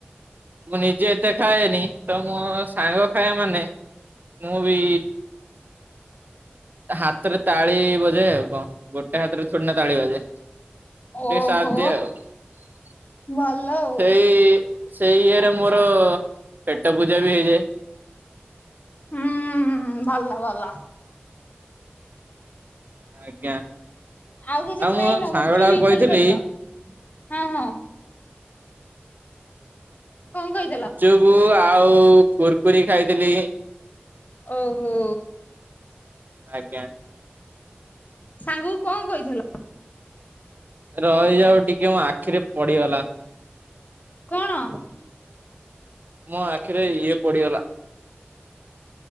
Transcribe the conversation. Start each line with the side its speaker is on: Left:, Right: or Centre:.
Right: ମୁଁ ନିଜେ ଏତେ ଖାଏନି ତ ମୋ ସାଙ୍ଗ ଖାଏ ମାନେ ମୁଁ ବି ହାତରେ ତାଳି ବଜାଏ ଆଉ କଣ ଗୋଟେ ହାତରେ ଥୋଡ଼ି ନା ତାଳି ବାଜେ।
Left: ଓହୋ
Right: ସେ ସାଦ ଆଉ ସେଇ
Left: ଭଲ ଆଉ।
Right: ସେଇ ଇଏରେ ମୋର ପେଟ ପୂଜା ବି ହେଇଯାଏ।
Left: ହୁଁ ଉଁ ଭଲ ଭଲ।
Right: ଆଜ୍ଞା।
Left: ଆଉ କିଛି ଖାଇନ
Right: ମୁଁ ସାଙ୍ଗ
Left: ଗୁପଚୁପ
Right: ଟାକୁ
Left: ହିଁ
Right: କହିଥିଲି
Left: ଖାଲି ଖଇଚ ହଁ ହଁ। କଁ କଇଁଥେଲ।
Right: ଗୁପଚୁପ ଆଉ କୁରକୁରି ଖାଇଥିଲି।
Left: ଓହୋ।
Right: ଆଜ୍ଞା।
Left: ସାଙ୍ଗକୁ କଣ କହିଥିଲ?
Right: ରହିଯାଅ ଟିକେ ମୋ ଆଖିରେ ପଡିଗଲା।
Left: କଣ?
Right: ମୋ ଆଖିରେ ଇଏ ପଡିଗଲା।